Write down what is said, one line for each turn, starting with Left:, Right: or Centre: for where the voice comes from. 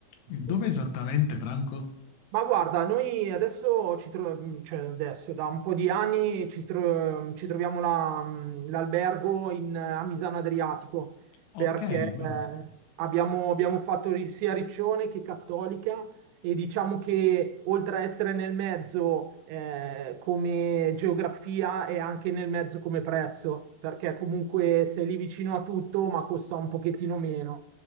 Left: Dove
Right: Eh,
Left: esattamente Franco?
Right: ma guarda, noi adesso, ci tro- mm, cioè adesso da un po' di anni ci, tro- mm, ci troviamo la- mm, l'albergo in- eh, a Misano Adriatico
Left: Ok,
Right: perché eh,
Left: bello.
Right: abbiamo, abbiamo fatto ri- sia Riccione che Cattolica e diciamo che oltre a essere nel mezzo eh, come geografia è anche nel mezzo come prezzo perché comunque sei lì vicino a tutto ma costa un pochettino meno.